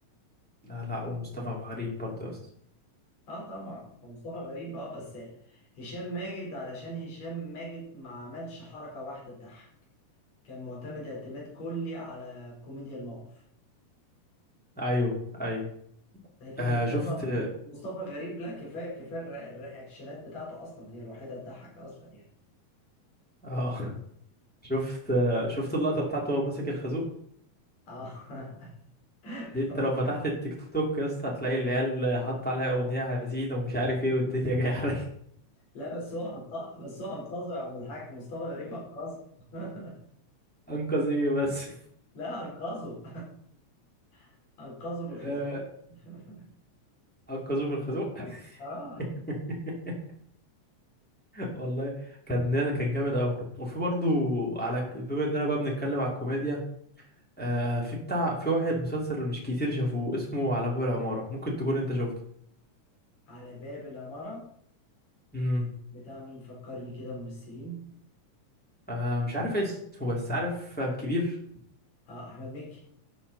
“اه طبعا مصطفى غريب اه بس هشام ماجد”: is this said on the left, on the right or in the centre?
Left